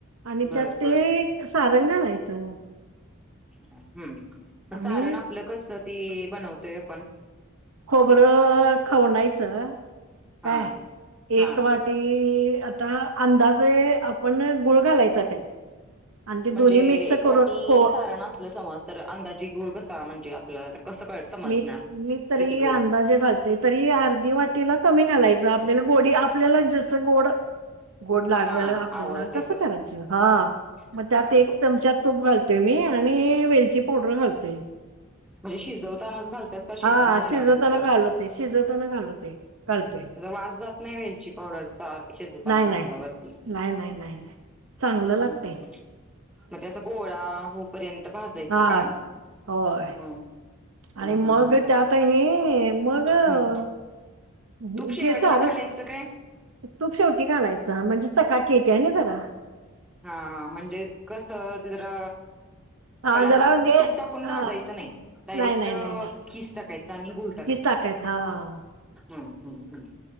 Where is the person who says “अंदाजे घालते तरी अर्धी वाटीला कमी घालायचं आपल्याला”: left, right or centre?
Right